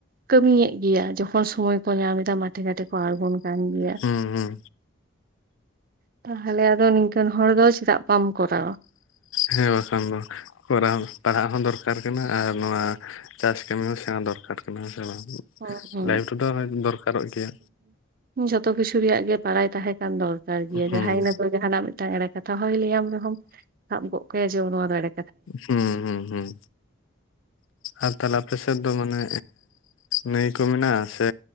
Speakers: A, on the right; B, on the left.
A: ᱠᱟᱹᱢᱤᱭᱮᱫ ᱜᱮᱭᱟ ᱡᱚᱠᱷᱚᱱ ᱥᱚᱢᱚᱭ ᱠᱚ ᱧᱟᱢ ᱮᱫᱟ ᱢᱟᱴᱷᱮ ᱜᱷᱟᱴᱮ ᱠᱚ ᱟᱬᱜᱚᱱ ᱠᱟᱱ ᱜᱮᱭᱟ ᱾
B: ᱦᱩᱸ ᱦᱩᱸ
A: ᱛᱟᱦᱞᱮ ᱟᱫᱚ ᱱᱤᱝᱠᱟᱹᱱ ᱦᱚᱲ ᱫᱚ ᱪᱮᱫᱟᱜ ᱵᱟᱢ ᱠᱚᱨᱟᱣᱟ᱾
B: ᱦᱮᱸ ᱵᱟᱠᱷᱟᱱ ᱫᱚ ᱠᱚᱟᱣ ᱯᱟᱲᱦᱟᱜ ᱦᱚᱸ ᱫᱚᱨᱠᱟᱨ ᱠᱟᱱᱟ ᱟᱨ ᱱᱚᱣᱟᱼᱼ ᱪᱟᱥ ᱠᱟᱹᱢᱤ ᱦᱚᱸ ᱥᱮᱬᱟ ᱫᱚᱨᱠᱟᱨ ᱠᱟᱱᱟ ᱦᱮᱸ ᱥᱮ ᱵᱟᱝ?
A: <unintelligible>
B: ᱞᱟᱭᱤᱯᱷ ᱨᱮᱫᱚ ᱫᱚᱨᱠᱟᱨᱚᱜ ᱜᱮᱭᱟ
A: ᱡᱷᱚᱛᱚ ᱠᱤᱪᱷᱩ ᱨᱮᱭᱟᱜ ᱜᱮ ᱵᱟᱲᱟᱭ ᱛᱟᱦᱮᱸ ᱠᱟᱱ ᱫᱚᱨᱠᱟᱨ ᱜᱮᱭᱟ
B: ᱦᱩᱸ
A: ᱡᱟᱦᱟᱭ ᱤᱱᱟᱹ ᱫᱚ ᱡᱟᱦᱟᱱᱟᱜ ᱢᱤᱫᱴᱟᱝ ᱮᱲᱮ ᱠᱟᱛᱷᱟ ᱦᱚᱸᱭ ᱞᱟᱹᱭᱟᱢ ᱨᱮᱦᱚᱢ ᱥᱟᱵ ᱜᱚᱜ ᱠᱟᱭ ᱡᱮ ᱚ ᱮᱲᱮᱼᱼ
B: ᱦᱮᱸ ᱦᱩᱸ ᱦᱩᱸ᱾ ᱟᱨ ᱛᱟᱦᱞᱮ ᱟᱯᱮ ᱥᱮᱫ ᱫᱚ ᱢᱟᱱᱮ ᱱᱟᱹᱭ ᱠᱚ ᱢᱮᱱᱟᱜᱼᱟ ᱥᱮᱼᱼ